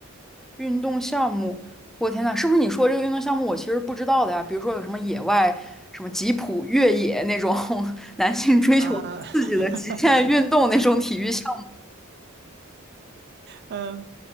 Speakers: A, in the centre; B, on the right (about 50°).
A: 运动项目，我天呐，是不是你说这个运动项目我其实不知道的呀？比如说有什么野外、什么吉普越野那种 <laughs> 男性追求刺激的极限运动那种体育项
B: 啊。<laughs> 嗯